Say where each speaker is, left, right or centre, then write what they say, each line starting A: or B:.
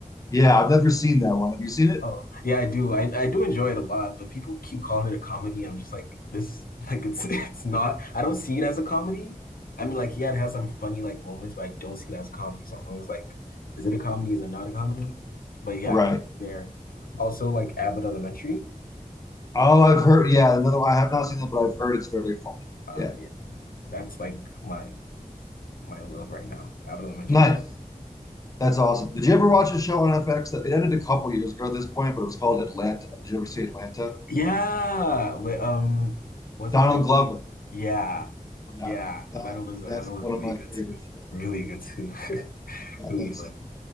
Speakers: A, on the left (about 25°); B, on the left (about 80°).
A: Yeah, I've never seen that one. Have you seen it?
B: Oh, yeah, I do. I, I do enjoy it a lot, but people keep calling it a comedy. I'm just like this, like it's <laughs> it's not. I don't see it as a comedy. I mean, like yeah, it has some funny like moments, but I don't see it as a comedy. So I'm always like, is it a comedy? Is it not a comedy? But yeah,
A: Right.
B: there. Also like Abbott Elementary.
A: Oh, I've heard. Yeah, another one. I have not seen that, but I've heard it's very funny.
B: Uh,
A: Yeah.
B: yeah, that's like my my love right now. Abbott Elementary
A: Nice.
B: is what.
A: That's awesome. Did you ever watch a show on FX that it ended a couple years ago at this point, but it was called Atlanta? Did you ever see Atlanta?
B: Yeah, with um, what's
A: Donald
B: his name?
A: Glover.
B: Yeah,
A: Yeah,
B: yeah.
A: that
B: Atlanta was Atlanta
A: that's
B: was
A: one of
B: really
A: my
B: good
A: favorite
B: too.
A: shows.
B: Really good too. <laughs>
A: Yeah,
B: Really
A: that's
B: funny.